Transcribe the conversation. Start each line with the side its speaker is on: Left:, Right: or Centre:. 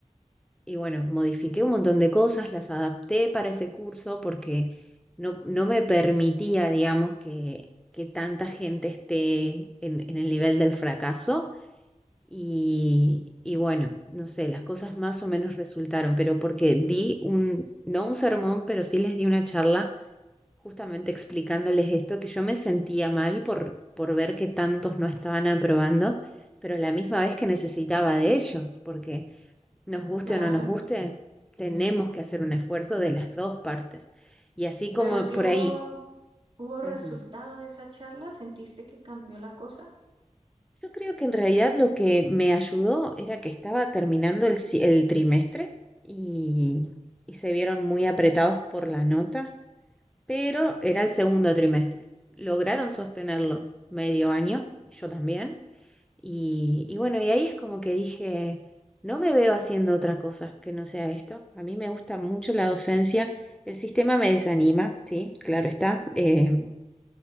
Centre: y bueno, modifiqué un montón de cosas, las adapté para ese curso porque no, no me permitía, digamos, que, que tanta gente esté en, en el nivel del fracaso. Y, y bueno, no sé, las cosas más o menos resultaron, pero porque di un, no un sermón, pero sí les di una charla justamente explicándoles esto, que yo me sentía mal por, por ver que tantos no estaban aprobando, pero a la misma vez que necesitaba de ellos, porque nos guste
Right: Claro,
Centre: o no nos guste, tenemos que hacer un esfuerzo de las dos partes. Y así como
Right: pero si
Centre: por
Right: hubo,
Centre: ahí.
Right: hubo resultado
Centre: Ujú.
Right: de esa charla, ¿sentiste que cambió la cosa?
Centre: Yo creo que en realidad lo que me ayudó era que estaba terminando el, ci- el trimestre y, y se vieron muy apretados por la nota, pero era el segundo trimestre. Lograron sostenerlo medio año, yo también, Y, y bueno, y ahí es como que dije, no me veo haciendo otra cosa que no sea esto. A mí me gusta mucho la docencia. El sistema me desanima, sí, claro está. Eh,